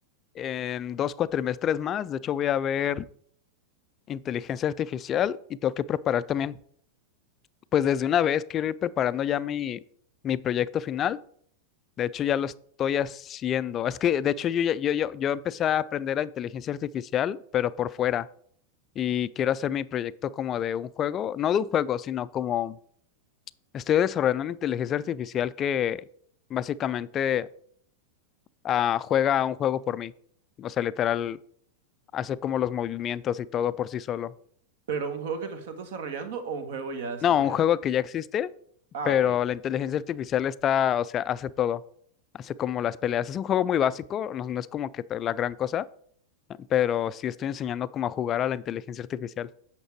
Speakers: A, on the left (about 30°); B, on the right (about 55°).
A: en dos cuatrimestres más, de hecho voy a ver inteligencia artificial y tengo que preparar también, pues desde una vez quiero ir preparando ya mi, mi proyecto final, de hecho ya lo estoy haciendo, es que de hecho yo, ya- yo, yo, yo empecé a aprender a inteligencia artificial, pero por fuera. y quiero hacer mi proyecto como de un juego, no de un juego, sino como estoy desarrollando una inteligencia artificial que básicamente ah, juega a un juego por mí. O sea, literal, hace como los movimientos y todo por sí solo.
B: ¿Pero un juego que tú estás desarrollando o un juego ya desarrollado?
A: No, un juego que ya existe,
B: Ah,
A: pero
B: ok.
A: la inteligencia artificial está, o sea, hace todo. Hace como las peleas. Es un juego muy básico, no, no es como que la gran cosa, pero sí estoy enseñando como a jugar a la inteligencia artificial.